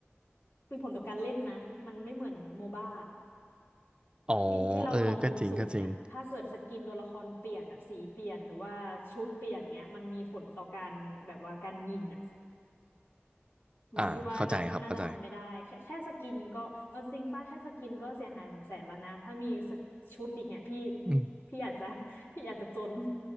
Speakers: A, on the left; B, on the right.
A: เป็นผลกับการเล่นนะมันไม่เหมือนโมบ้า
B: อ๋อ
A: ที่ที่เรามองมุมสูงอ่ะถ้าเกิดสกินตัวละครเปลี่ยนแบบสีเปลี่ยนหรือว่าชุดเปลี่ยนเงี้ยมันมีผลต่อการแบบว่าการยิงอ่ะ
B: เออก็จริงก็จริง
A: มันพี่ว่าน่าน่าจะทำไม่ได้แค่แค่สกินก็เอาจริงป้าแค่สกินก็เสียหายหลายแสนแล้วนะถ้ามีสกชุดอีกเนี่ยพี่
B: อ่าเข้าใจครับเข้าใจอืม
A: พี่อาจจะ <laughs> พี่อาจจะจน